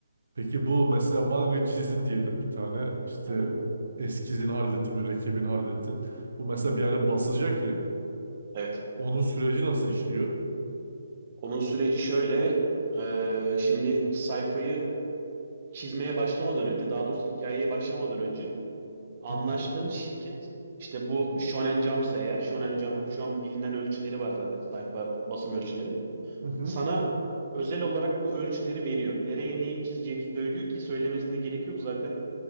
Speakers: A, on the right (about 65°); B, on the right (about 40°).
A: Peki bu mesela manga çizdin diyelim bir tane. İşte
B: Aha.
A: eskizini hallettin, mürekkebini hallettin. Bu mesela bir yerde basılacak ya.
B: Evet.
A: Onun süreci nasıl işliyor?
B: Onun süreci şöyle, eee, şimdi sayfayı çizmeye başlamadan önce, daha doğrusu hikayeye başlamadan önce Anlaştığın
A: Hı hı.
B: şirket işte bu Shonen Jump'sa eğer Shonen Jump'ın şu an bilinen ölçüleri var zaten sayfa basım ölçüleri.
A: Hı hı.
B: Sana özel olarak bu ölçüleri veriyor. Nereye neyi çizeceğini söylüyor ki söylemesine gerek yok. Zaten